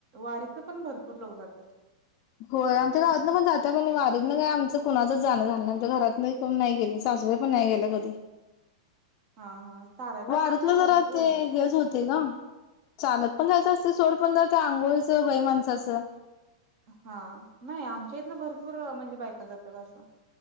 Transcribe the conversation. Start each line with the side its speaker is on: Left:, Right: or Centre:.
Right: वारीत पण भरपूर लोक जातात.
Left: होय आमच्या गावात न पण जाता पण वारीत ना का आमच कुणाचंच जाणं झालं ना आमच्या घरात नाही कोण नाही गेले सासूबाई पण नाही गेल्या कधी.
Right: हा हा चालायला
Left: वारीतलं
Right: लागते ना
Left: जरा
Right: भरपूर.
Left: हेच होते ते ग चालत पंध असते सोड पंधरा ते अंघोळी वई माणसं असं
Right: हा नाही आमच्या इथनं भरपूर म्हणजे बायका जा ख अस